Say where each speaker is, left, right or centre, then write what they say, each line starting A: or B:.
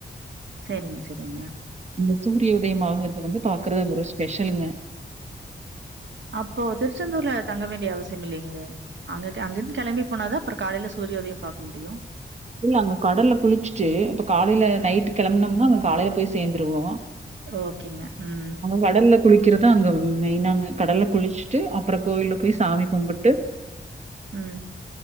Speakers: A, on the right; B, on the right.
A: சேரிங்க சரிங்க
B: இந்த சூரிய உதயம் ஆகுறத வந்து பாக்குறது ஒரு ஸ்பெஷலுங்க
A: அப்போ திருச்செந்தூர்ல தங்க வேண்டிய அவசியமில்லேங்களே அங்க கெ அங்கிந்து கெளம்பி போனாதா அப்பற காலைல சூரியோதயம் பாக்க முடியு
B: இல்ல அங்க கடல்ல குளிச்சுட்டு இப்ப காலையில நைட்டு்
A: ம்.
B: கிளம்பனம்ன்னா காலையில போய் சேந்துருவோ
A: ஓகேங்க ம்ம்
B: கடல்ல குளிக்கறத அங்க மெயினாங்க கடல்ல குளிச்சுட்டு அப்பற கோவில்ல போய்
A: ம்.
B: சாமி கும்புட்டு
A: ம்